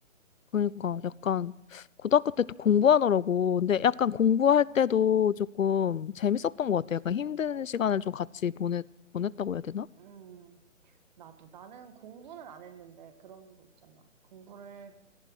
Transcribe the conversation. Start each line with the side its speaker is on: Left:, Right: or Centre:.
Left: 그러니까 약간 고등학교 때 또 공부하느라고 근데 약간 공부할 때도 조금 재밌었던 것 같아요.
Right: 음,
Left: 약간 힘든 시간을 좀 같이 보냈 보냈다고 해야 되나?
Right: 음, 나도. 나는 공부는 안 했는데 그런 거 있잖아. 공부를